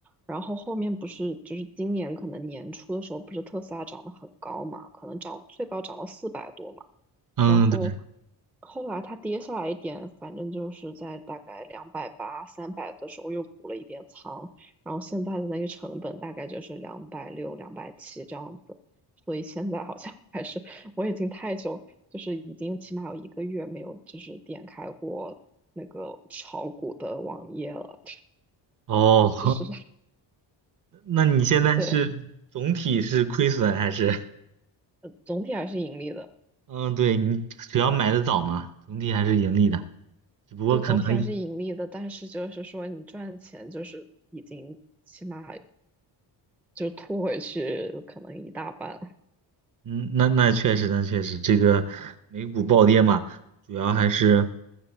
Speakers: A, in the centre; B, on the right.
A: 然后后面不是就是今年可能年初的时候，不是特斯拉涨得很高嘛，可能涨最高涨到四百多嘛。
B: 嗯，
A: 然后
B: 对，
A: 后来它跌下来一点，反正就是在大概两百八、三百的时候又补了一点仓，然后现在的那个成本大概就是两百六、两百七这样子，所以现在好像 <laughs> 还是我已经太久，就是已经起码有一个月没有就是点开过那个炒股的网页了，
B: 哦，
A: <laughs> 就是
B: <laughs> 那你现在是总体是亏损还是？
A: 对，总体还是盈利的。
B: 嗯，对，你主要买的早嘛，总体还是盈利的，只不过可能。
A: 对，总体还是盈利的，但是就是说你赚钱就是已经起码就吐回去可能一大半，
B: 嗯，那那确实，那确实，这个美股暴跌嘛，主要还是，